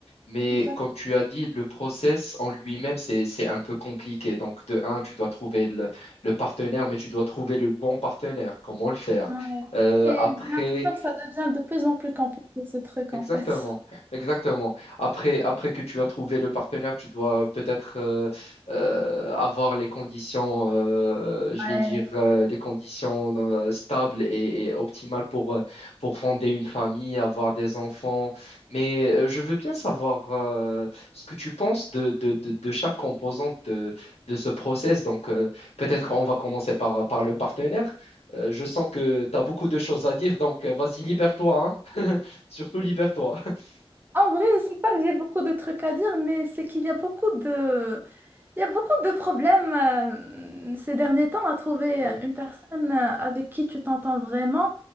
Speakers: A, on the left; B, on the right.
A: Mais
B: Exactement,
A: comme tu as dit, le process en lui-même, c'est, c'est un peu compliqué. Donc, de un, tu dois trouver le, le partenaire, mais tu dois trouver le bon partenaire. Comment le faire?
B: ouais.
A: Euh,
B: Et
A: après,
B: j'ai l'impression que ça devient de plus en plus compliqué, ce truc,
A: Exactement,
B: en fait.
A: exactement. Après, après que tu as trouvé le partenaire, tu dois euh, peut-être euh, euh, avoir les conditions, euh, je
B: Ouais.
A: vais dire, euh, des conditions euh, stables et, et optimales pour, euh, pour fonder une famille, avoir des enfants. Mais euh, je veux bien savoir euh, ce que tu penses de, de, de, de chaque composante de, de ce process. Donc, euh, peut-être on va commencer par, par le partenaire. Euh, je sens que tu as beaucoup de choses à dire, donc euh, vas-y, libère-toi, hein. <laughs> Surtout libère-toi. <laughs>
B: En vrai, c'est pas que j'ai beaucoup de trucs à dire, mais c'est qu'il y a beaucoup de, il y a beaucoup de problèmes euh, ces derniers temps à trouver
A: Ouais,
B: une personne euh, avec qui tu t'entends vraiment.